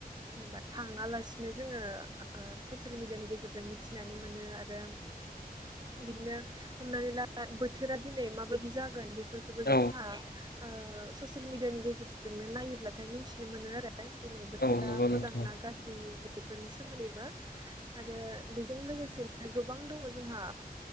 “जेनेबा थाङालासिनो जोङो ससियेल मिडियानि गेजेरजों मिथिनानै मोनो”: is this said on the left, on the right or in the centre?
Right